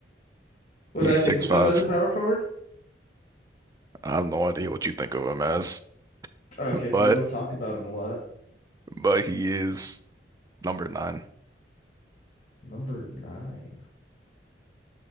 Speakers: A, on the left (about 35°); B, on the right (about 20°).
A: Would
B: He's
A: I think
B: six
A: of
B: five.
A: them as a power forward?
B: I have no idea what you think of him as,
A: Okay, so
B: but
A: we don't talk about them a lot.
B: but he is number nine.
A: number nine.